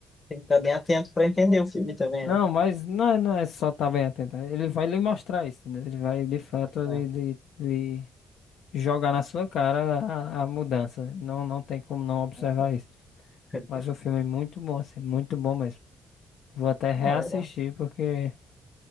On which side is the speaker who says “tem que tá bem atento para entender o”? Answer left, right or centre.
Left